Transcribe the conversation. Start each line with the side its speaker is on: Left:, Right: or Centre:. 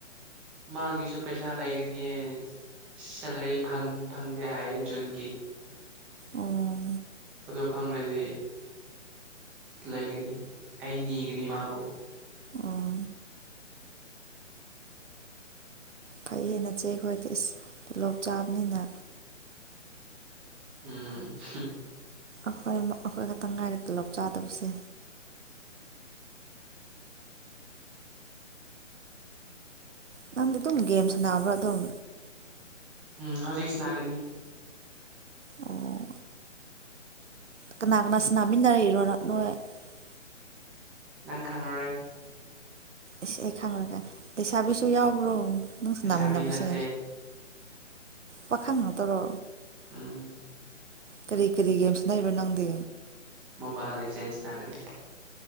Centre: ꯃꯥꯒꯤꯁꯨ ꯄꯩꯁꯥ ꯂꯩꯒꯅꯤꯌꯦ ꯁꯦꯂꯔꯤ ꯐꯪ ꯐꯪꯗꯦ ꯍꯥꯏꯌꯦ ꯖꯨꯟꯒꯤ
Right: ꯑꯣ
Centre: ꯑꯗꯨ ꯐꯪꯂꯗꯤ ꯂꯩꯒꯅꯤ ꯑꯩ ꯅꯤꯒꯅꯤ ꯃꯥꯕꯨ
Right: ꯑꯣ ꯐꯩꯍꯦ ꯅꯆꯦ ꯈꯣꯏꯗꯤ ꯏꯁ ꯇꯣꯂꯣꯞ ꯆꯥꯕꯅꯤꯅ
Centre: ꯎꯝ <unintelligible>
Right: ꯑꯈꯣꯏ ꯑꯈꯣꯏ ꯈꯛꯇꯪ ꯉꯥꯏꯔꯦ ꯇꯣꯂꯣꯞ ꯆꯥꯗꯕꯁꯦ ꯅꯪꯗꯤ ꯑꯗꯨꯝ ꯒꯦꯝ ꯁꯥꯟꯅꯥꯔꯕ꯭ꯔꯥ ꯑꯗꯨꯝ
Centre: ꯎꯝ ꯍꯧꯖꯤꯛꯁꯅꯥꯒꯅꯤ
Right: ꯑꯣ ꯀꯅꯥ ꯀꯅꯥꯁꯨ ꯅꯥꯃꯤꯟꯅꯔꯛꯔꯤꯅꯣ <unintelligible>
Centre: ꯅꯪ ꯈꯪꯉꯔꯣꯏ
Right: ꯏꯁ ꯑꯩ ꯈꯪꯉꯔꯣꯏ ꯂꯩꯁꯥꯕꯤꯁꯨ ꯌꯥꯎꯕ꯭ꯔꯣ ꯅꯪ ꯁꯥꯟꯅꯃꯤꯟꯅꯕꯁꯦ
Centre: ꯂꯩꯁꯥꯕꯤ ꯅꯠꯇꯦ
Right: ꯄꯥꯈꯪ ꯅꯠꯇꯔꯣ
Centre: ꯎꯝ
Right: ꯀꯔꯤ ꯀꯔꯤ ꯒꯦꯝ ꯁꯅꯔꯤꯕꯣ ꯅꯪꯗꯤ
Centre: ꯃꯣꯕꯥꯏꯜ ꯂꯤꯖꯦꯟꯁ ꯁꯥꯟꯅꯒꯅꯤ